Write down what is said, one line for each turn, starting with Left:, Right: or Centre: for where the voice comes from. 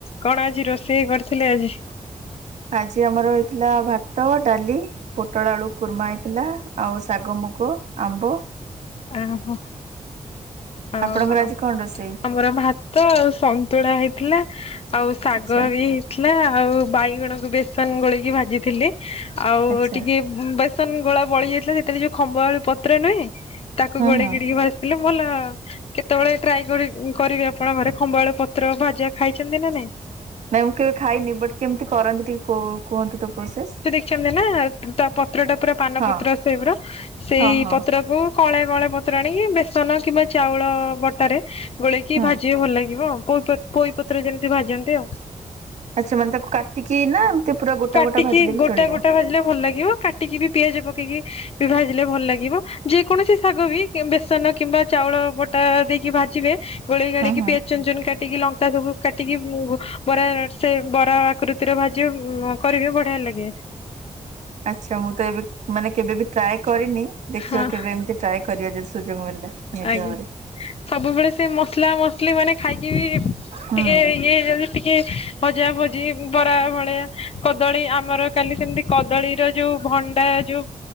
Left: କଣ ଆଜି ରୋଷେଇ କରିଥିଲେ ଆଜି?
Right: ଆଜି ଆମର ହେଇଥିଲା ଭାତ, ଡାଲି ପୋଟଳ ଆଳୁ କୁର୍ମା, ହେଇଥିଲା। ଆଉ ଶାଗ ମୁଗ, ଆମ୍ବ।
Left: ଓହୋ ହଉ,
Right: ଆପଣଙ୍କର ଆଜି
Left: ଉ
Right: କଣ ରୋଷେଇ
Left: ଆମର ଭା ଭାତ ଆଉ ସନ୍ତୁଳା ହେଇଥିଲା ଆଉ ଶାଗ
Right: ଆଚ୍ଛା
Left: ବି। ଥିଲା ଆଉ ବାଇଗଣକୁ ବେସନ ଗୋଳେଇକି ଭାଜିଥିଲି ଆଉ
Right: ଆଚ୍ଛା
Left: ଟିକେ ବେସନ ଗୋଳା ବଳି ଯାଇଥିଲା ସେଥିରେ ଯୋଉ ଖମ୍ବ ଆଳୁ ପତ୍ର ନୁହେଁ? ତାକୁ
Right: ହୁଁ
Left: ଗୋଳେକି
Right: ହୁଁ
Left: ଭାଜିଥିଲି ଭଲ ଆ କେତେବେଳେ ଟ୍ରାଏ କରିବେ ଆପଣ ଘରେ ଖମ୍ବ ଆଳୁ ପତ୍ର ଭାଜା ଖାଇଛନ୍ତି ନା ନାଇଁ?
Right: ନାଇଁ ମୁଁ କେବେ ଖାଇନି, ବଟ୍ କେମିତି କରନ୍ତି ଟିକେ କୁହନ୍ତୁ ତ ପ୍ରୋସେସ?
Left: ଦେଇଛନ୍ତି ନା ତା ପତ୍ର ଟା ପୁରା ପାନ
Right: ହଁ
Left: ପତ୍ର ସେପ୍ ର ସେଇ
Right: ହଁ ହଁ
Left: ପତ୍ରକୁ କଳେ କଳେ ପତ୍ର ଆଣ ବେସନ କିମ୍ବା ଚାଉଳ ବ ତାରେ ଗୋଳେଇକି
Right: ହୁଁ
Left: ଭାଜିବେ ଭଲ ଲାଗିବ ଆ ପୋଇପତ୍ର ଯେମିତି ଭାଜନ୍ତି ଆଉ।
Right: ଆଚ୍ଛା ମାନେ ତାକୁ କା ଟିକେ ନା ପୁରା ଗୋଟା
Left: କାଟିକି
Right: ଗୋଟା ଭାଜିଲେ ବି
Left: ଗୋଟା
Right: ଚଳିବ।
Left: ଗୋଟା ଭାଜିଲେ ଭଲ ଲାଗିବ କାଟିକି ବି ପିଆଜ ପକେଇକି ବି ଭାଜିଲେ ଭଲ ଲାଗିବ ଯେ କୌଣସି ଶାଗ ବି ବେସନ କିମ୍ବା ଚାଉଳ ବଟା ଦେଇକି ଭାଜିବେ। ଗୋଳେଇ ଗୋଳେଇକି
Right: ହଁ ହଁ।
Left: ପି ଚୁନଚୁନ କାଟିକି ଲଙ୍କା ସବୁ କାଟିକି ମୁ ବରା ସେ ବରା ଆକୃତିର ଭାଜିିବ। କରିବେ ବଢିଆ ଲାଗେ।
Right: ଆଚ୍ଛା, ମୁଁ ତ ଏବେ ମାନେ କେବେ ବି ଟ୍ରାଏ କରିନି ଦେଖିବା
Left: ହଁ
Right: କେବେ ଏମିତି ଟ୍ରାଏ କରିବି। ସୁଯୋଗ ମିଳିଥିଲା ନିତି
Left: ଆଜ୍ଞା।
Right: ବରେ।
Left: ସବୁବେଳେ ସେ ମସଲା ମସଲି ମାନେ ଖାଇକି ବି
Right: ହୁଁ।
Left: ଟିକେ ଇଏ ହେଇଯା ଟିକେ ଭଜା ଭଜି ବରା ଭଳିଆ କଦଳୀ ଆମର କାଲି ସେମିତି କଦଳୀର ଯୋଉ ଭଣ୍ଡା ଯୋଉ